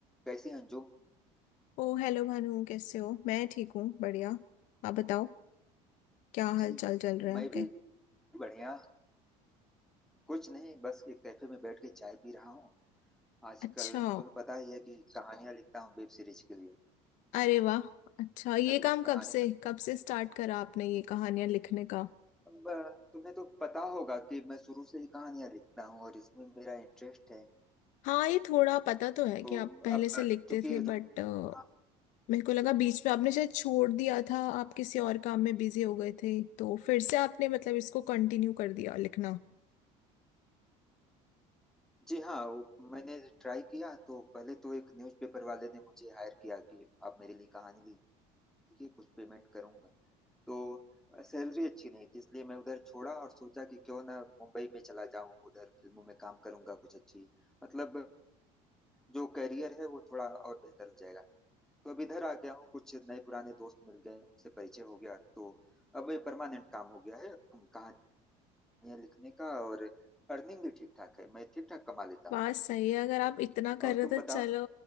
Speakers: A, in the centre; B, on the left (about 60°).
A: कैसी हैं अंजू
B: ओ hello Bhanu कैसे हो मैं ठीक हूँ बढ़िया आप बताओ क्या
A: जी
B: हाल चाल चल रहे हैं
A: मैं
B: आपके
A: भी बढ़िया कुछ नहीं बस एक कैफे में बैठ के चाय पी रहा हूँ आजकल
B: अच्छा
A: तुम्हें पता ही है कि हाँ कहानियां लिखता हूँ वेब सीरीज के लिए
B: अरे वाह अच्छा ये
A: अब
B: काम
A: एक
B: कब
A: आने
B: से कब से स्टार्ट करा आपने ये कहानियां लिखने का
A: वाला तुम्हें तो पता होगा कि मैं शुरू से ही कहानियां लिखता हूँ और इसमें मेरा इंटरेस्ट है
B: हाँ ये थोड़ा पता तो है
A: तो
B: कि आप पहले
A: अब
B: से लिखते
A: चूंकि
B: थे
A: रो-
B: बट
A: हाँ,
B: मेरे को लगा बीच में आपने शायद छोड़ दिया था आप किसी और काम में बिजी हो गए थे तो फिर से आपने मतलब इसको कंटिन्यू कर दिया लिखना
A: जी हाँ वो मैंने ट्राई किया तो पहले तो एक न्यूज़पेपर वाले ने मुझे हायर किया कि आप मेरे लिए कहानी लिखिए कुछ पेमेंट करूंगा तो सैलरी अच्छी नहीं थी इसलिए मैं उधर छोड़ा और सोचा कि क्यों ना मुंबई में चला जाऊं उधर फिल्मों में काम करूंगा कुछ अच्छी मतलब जो करियर है वो थोड़ा और बेहतर हो जाएगा तो अब इधर आ गया हूँ कुछ नए पुराने दोस्त मिल गए उनसे परिचय हो गया तो अब ये परमानेंट काम हो गया है कहानियां लिखने का और अर्निंग भी ठीक ठाक है मैं ठीक ठाक कमा लेता हूँ
B: बात सही है अगर आप इतना
A: और
B: कर रहे
A: तुम
B: हो
A: बताओ
B: तो चलो